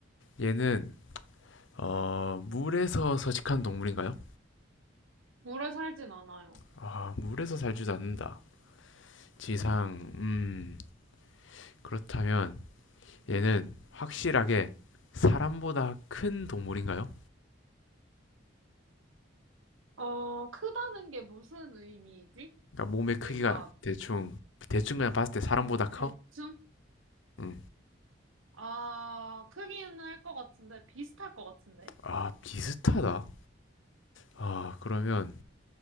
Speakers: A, on the left (about 70°); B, on the right (about 85°).
A: 얘는 어 물에서 서식한 동물인가요?
B: 물에 살진 않아요.
A: 아 물에서 살지도 않는다. 지상 음 그렇다면 얘는 확실하게 사람보다 큰 동물인가요?
B: 어, 크다는 게 무슨 의미이지?
A: 그러니까 몸의 크기가
B: 그러니까
A: 대충 대충 그냥 봤을 때 사람보다 커?
B: 대충?
A: 응.
B: 아, 크기는 할 것 같은데 비슷할 것 같은데?
A: 아 비슷하다. 아 그러면